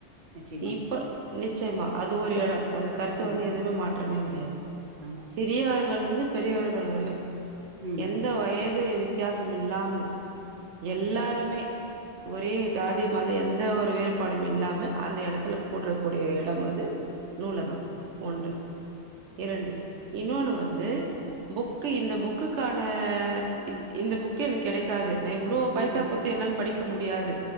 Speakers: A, on the right; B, on the right.
A: நிச்சயமா
B: இப்ப நிச்சயமா அது ஒரு எடோ. அந்த கருத்த
A: ம்
B: வந்து எதுமே மாற்றமே கெடையாது.
A: ஆமா.
B: சிறியவர்கள்லந்து பெரியவர்கள் வரியு
A: ம்
B: எந்த வயது வித்தியாசம் இல்லாமல் எல்லாருமே ஒரே ஜாதி மதோ எந்த ஒரு வேறுபாடும் இல்லாம அந்த எடத்து த்ல
A: ம்
B: கூட்றக்கூடிய எடம் அது நூலகம் ஒன்று. இரண்டு இன்னோனு வந்து புக்கு இந்த புக்குக்கு க்கான இது இந்த புக்கு எனக் கெடைக்காது நா இவ்ளோ பைசா
A: ம்
B: குத்து என்னால படிக்க ட்டு முடியாது